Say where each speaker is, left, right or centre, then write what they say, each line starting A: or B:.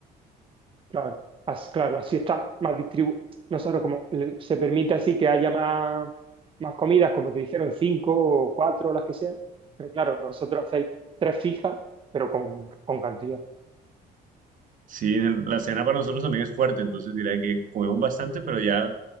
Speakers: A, on the right (about 30°); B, on the right (about 50°).
A: claro, as- claro, así está más distribuido. Nosotros, como le- se permite así que haya más, más comidas, como te dijeron, cinco o cuatro, las que sean. Pero claro, vosotros hacéis tres fijas, pero con, con cantidad.
B: Sí, el- la cena para nosotros también es fuerte, entonces diría que comemos bastante, pero ya,